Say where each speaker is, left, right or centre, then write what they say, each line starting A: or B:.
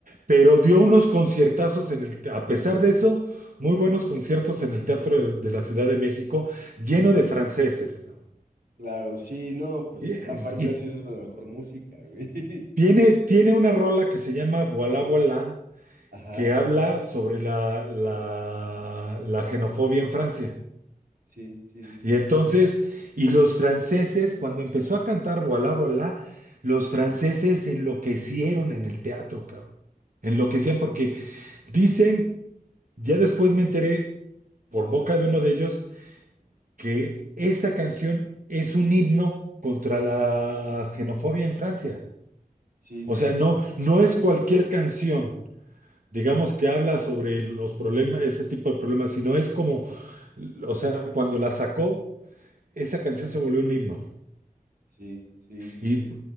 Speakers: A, on the right; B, on the right.
A: Pero dio unos conciertazos en el, te- a pesar de eso, muy buenos conciertos en el Teatro de, de la Ciudad de México, lleno de franceses. cabrón.
B: Claro, sí, no, pues
A: Y,
B: aparte
A: y
B: así esa es la mejor música, güey. <laughs>
A: tiene, tiene una rola que se llama Voilà, voilà,
B: Ajá,
A: que habla sobre la, la, la xenofobia en Francia.
B: sí, sí, sí, sí,
A: Y entonces, y los franceses, cuando empezó a cantar Voilà, voilà, los franceses enloquecieron en el teatro, cabrón. Enloquecían porque dicen, ya después me enteré por
B: ajá,
A: boca de uno de ellos, que esa canción es un himno contra la xenofobia en Francia.
B: sí,
A: O sea,
B: sí,
A: no, no es cualquier canción, digamos, que habla sobre los problemas, ese tipo de problemas, sino es como, o sea, cuando la sacó, esa canción se volvió un himno.
B: sí, sí, sí,
A: Y,
B: sí.